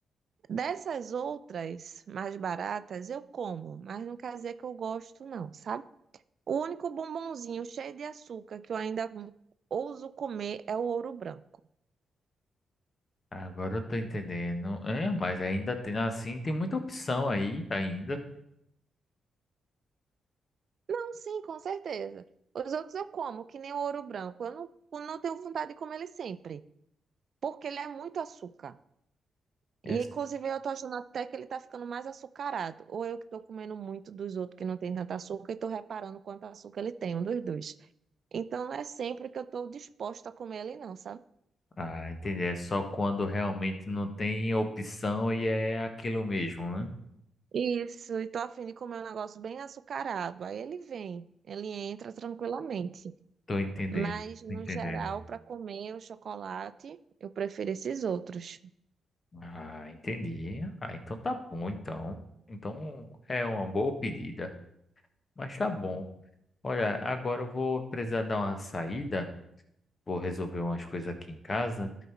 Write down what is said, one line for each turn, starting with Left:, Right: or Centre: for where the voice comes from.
Right: Dessas outras mais baratas eu como, mas não quer dizer que eu gosto não, sabe? O único bombonzinho cheio de açúcar que eu ainda ouso comer é o ouro branco.
Left: Agora eu tô entendendo. É, mas ainda tem assim, tem muita opção aí ainda.
Right: Não, sim, com certeza. Os outros eu como, que nem o ouro branco. Eu não, não tenho vontade de comer ele sempre, porque ele é muito açúcar.
Left: É,
Right: E
Left: s-
Right: inclusive eu tô achando até que ele tá ficando mais açucarado. Ou eu que tô comendo muito dos outros que não tem tanto açúcar e tô reparando quanto açúcar ele tem, um dos dois. Então não é sempre que eu tô disposta a comer ele não, sabe?
Left: ah, entendi. É só quando realmente não tem opção e é aquilo mesmo, né?
Right: Isso, e tô a fim de comer um negócio bem açucarado. Aí ele vem, ele entra tranquilamente.
Left: Tô entendendo.
Right: Mas no
Left: Tô entendendo.
Right: geral, para comer o chocolate, eu prefiro esses outros.
Left: Ah, entendi. Ah, então tá bom, então. Então é uma boa pedida. Mas tá bom. Olha, agora eu vou precisar dar uma saída, vou resolver umas coisas aqui em casa,